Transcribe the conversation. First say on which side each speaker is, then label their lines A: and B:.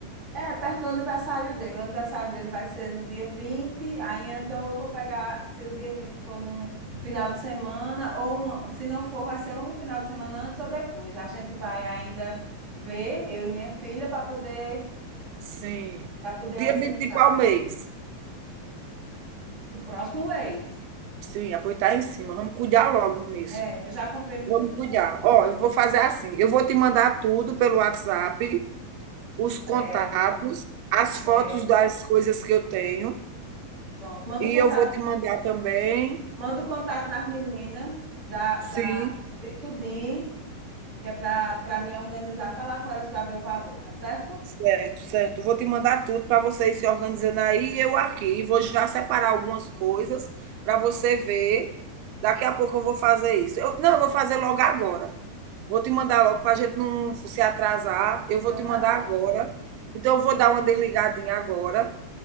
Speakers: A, on the right (about 25°); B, on the right (about 85°).
A: É, perto do aniversário dele. O aniversário dele vai ser no dia vinte aí então eu vou pegar, se o dia 20 for num final de semana, ou uma, se não for, vai ser um final de semana antes ou depois. A gente vai ainda ver, eu e minha filha, para poder,
B: Sim.
A: para poder
B: Dia
A: organizar.
B: 20 de qual mês?
A: O próximo mês.
B: Sim, ah, tá em cima, vamos cuidar logo nisso.
A: É, eu já comprei muita
B: Vamos
A: coisa.
B: cuidar. Ó, eu vou fazer assim, eu vou te mandar tudo pelo WhatsApp, os
A: Certo,
B: contatos, as
A: certo.
B: fotos das coisas que eu tenho,
A: Pronto, manda
B: E
A: o contato,
B: eu vou te mandar também
A: manda o contato das meninas, da,
B: sim,
A: da, de tudinho, que é para me organizar, falar com elas para ver o valor, tá certo?
B: certo, certo. Vou te mandar tudo para você ir se organizando aí e eu aqui. E vou já separar algumas coisas para você ver. Daqui a pouco eu vou fazer isso. Eu, não, eu vou fazer logo agora. Vou te mandar logo para a gente não se atrasar. Eu vou
A: Então
B: te
A: tá
B: mandar
A: bom,
B: agora. Então, eu vou dar uma desligadinha agora,